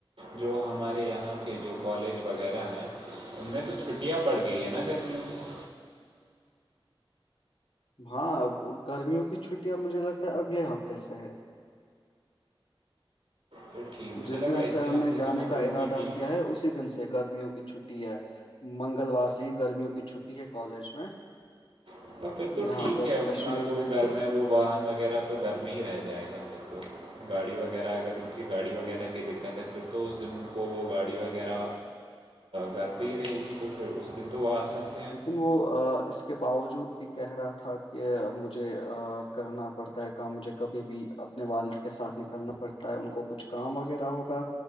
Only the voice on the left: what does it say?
ہاں گرمیوں کی چھٹیاں مجھے لگتا ہے اگلے ہفتے سے ہے
جس
دن
سے ہم
نے جانے
کا
ارادہ
کیا ہے اسی دن سے گرمیوں کی چھٹی ہے منگلوار سے ہی گرمیوں کی چھٹی ہے کالج میں
یہاں
پر
کشمیر
لیکن وہ اس کے باوجود بھی کہہ رہا تھا کہ مجھے کرنا پڑتا ہے کام مجھے کبھی بھی اپنے والد کے ساتھ نکلنا پڑتا ہے ان کو کچھ کام وغیرہ ہوگا